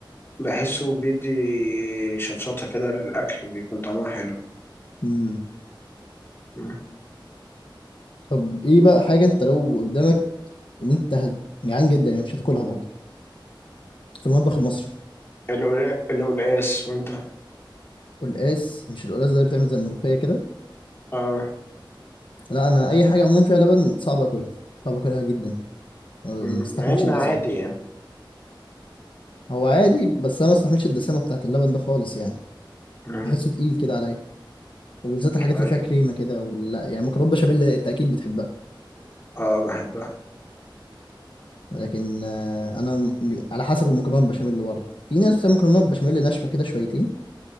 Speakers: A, on the left; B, on the left.
A: بحسه بيدي شطشطه كده للاكل بيكون طعمها حلو
B: امم
A: مم.
B: طب ايه بقى حاجه انت لو قدامك وانت هت- جعان جدا يعني مش هتاكلها برضه في المطبخ المصري
A: القل- القلقاس وانت
B: قلقاس مش القلقاس ده اللي بتعمل زي الملوخيه كده
A: اه
B: لا انا اي حاجه عموما فيها لبن صعب اكلها صعب اكلها جدا ما
A: مم.
B: بستحملش
A: مع انه
B: الدسامه
A: عادي يعني
B: هو عادي بس انا ما بستحملش الدسامه بتاعت اللبن ده خالص يعني
A: مم.
B: بحسه تقيل كده عليا وبالذات الحاجات
A: ايوه
B: اللي فيها كريمه كده ولا يعني مكرونه بشاميل انت اكيد بتحبها
A: اه بحبها
B: لكن آه، انا م- على حسب المكرونه البشاميل اللي برضه في ناس بتعمل مكرونه بشاميل ناشفه كده شويتين